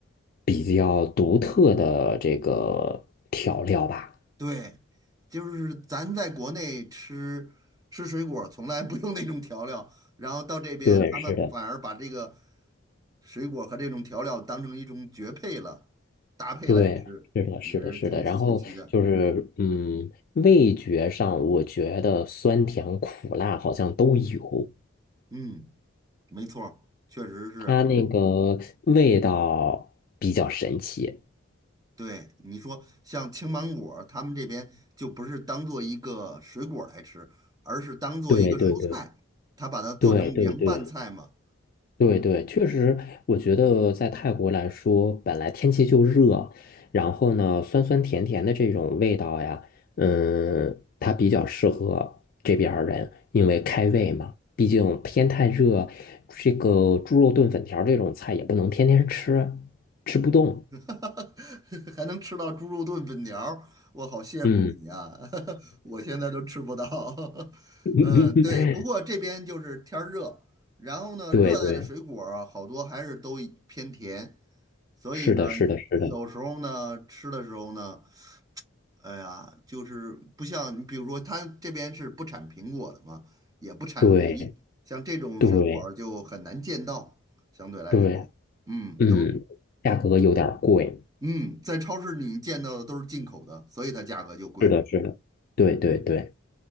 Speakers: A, on the left; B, on the right.
A: 比较独特的这个调料吧。
B: 对，就是咱在国内吃吃水果儿从来不用那种调料，然后到这边他们反而把这个
A: 对，是的，
B: 水果和这种调料当成一种绝配了，搭配来吃，
A: 对，是的，
B: 也是挺稀奇的。
A: 是的，是的。然后就是，嗯，味觉上我觉得酸甜苦辣好像都有，
B: 嗯，没错儿确实是。
A: 它那个味道比较神奇。
B: 对，你说像青芒果儿他们这边就不是当做一个水果儿来吃，而是当做一个蔬菜，
A: 对对对。
B: 他把它做成凉拌菜嘛，
A: 对对对对对，确实，我觉得在泰国来说，本来天气就热，然后呢，酸酸甜甜的这种味道呀，嗯，它比较适合这边儿人，因为开胃嘛。毕竟天太热，这个猪肉炖粉条儿这种菜也不能天天吃，吃不动。
B: <laughs> 还能吃到猪肉炖粉条儿我好羡慕你呀、
A: 嗯，
B: 啊 <laughs> 我现在都吃不到。<laughs>
A: <laughs>
B: 嗯，对，不过这边就是天儿热，然后呢，
A: 对对，
B: 热带的水果儿啊好多还是都偏甜，所以呢，
A: 是的，是的，是的，
B: 有时候呢，吃的时候呢。哎呀，就是不像你，比如说，它这边是不产苹果的嘛，也不产梨，
A: 对
B: 像这种水果儿就很难见到。
A: 对
B: 相对来说，
A: 对，
B: 嗯，
A: 嗯，
B: 都
A: 价格有点儿贵。
B: 嗯，在超市里见到的都是进口的，所以它价格就贵。
A: 是的，是的，对对对。
B: 嗯，